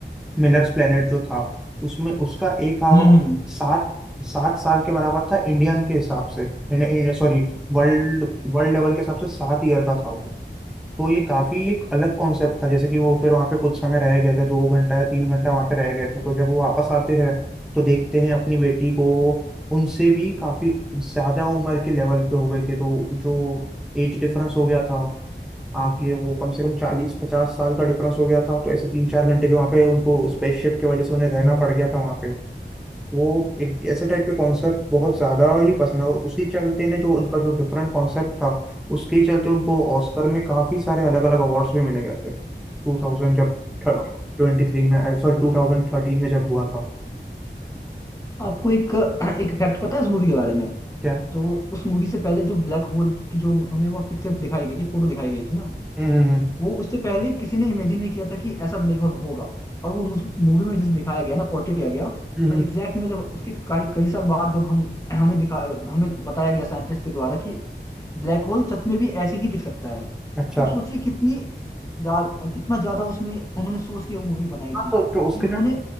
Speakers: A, in the centre; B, on the left.
A: मिलर्स प्लेनेट जो था उसमें उसका एक आवर
B: हम्म हम्म।
A: सात सात साल के बराबर था इंडियन के हिसाब से सॉरी वर्ल्ड वर्ल्ड लेवल के हिसाब से सात ईयर का था वो तो ये काफी एक अलग कॉन्सेप्ट था जैसे कि वो फिर वहाँ पे कुछ समय रह गए थे दो घंटा या तीन घंटा वहाँ पे रह गए थे तो जब वो वापस आते हैं तो देखते हैं अपनी बेटी को उनसे भी काफी ज्यादा उम्र के लेवल पे हो गई थी तो जो एज डिफरेंस हो गया था आके वो कम से कम चालीस पचास साल का डिफरेंस हो गया था तो ऐसे तीन चार घंटे जो वहाँ पे उनको स्पेसशिप की वजह से उन्हें रहना पड़ गया था वहाँ पे वो एक ऐसे टाइप के कॉन्सेप्ट बहुत ज्यादा ही पसंद है और उसी चलते ने जो उनका जो डिफरेंट कॉन्सेप्ट था उसके ही चलते उनको ऑस्कर में काफी सारे अलग अलग अवार्ड्स भी मिले गए थे टू थाउजेंड जब ट्वेंटी
B: हाँ
A: थ्री में सॉरी टू थाउजेंड थर्टीन में जब हुआ था
B: आपको एक एक फैक्ट पता है उस मूवी के बारे में
A: क्या
B: तो उस मूवी से पहले जो ब्लैक होल की जो हमें वो पिक्चर दिखाई गई थी फोटो दिखाई गई थी ना
A: हम्म हम्म हम्म,
B: वो उससे पहले किसी ने इमेजिन नहीं किया था कि ऐसा ब्लैक होल होगा और वो उस मूवी में जैसे दिखाया गया ना पोर्ट्रे किया गया
A: हम्म,
B: और
A: हम्म,
B: एग्जैक्ट में जब उसके कई कई साल बाद जब हम हमें दिखा हमें बताया गया साइंटिस्ट के द्वारा कि ब्लैक होल सच में भी ऐसे ही दिख सकता है
A: अच्छा
B: तो सोचिए कितनी जा, कितना ज्यादा उसमें उन्होंने सोच के वो मूवी बनाई
A: हाँ
B: थी
A: तो जो उसके
B: कि उन्होंने
A: जो